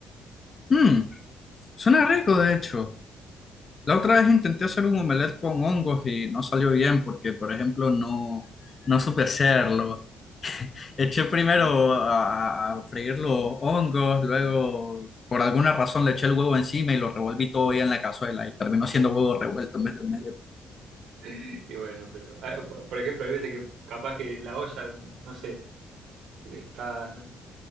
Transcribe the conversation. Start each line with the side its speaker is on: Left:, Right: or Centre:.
Left: Mm, suena rico, de hecho. La otra vez intenté hacer un omelette con hongos y no salió bien porque, por ejemplo, no, no supe hacerlo. Eché primero a, a- freír los hongos, luego por alguna razón le eché el huevo encima y lo revolví todo bien en la cazuela y terminó siendo huevo revuelto en vez de omelette.
Right: <laughs> Y bueno, pero ah, po- por ejemplo, hay veces que capaz que la olla, no sé, está,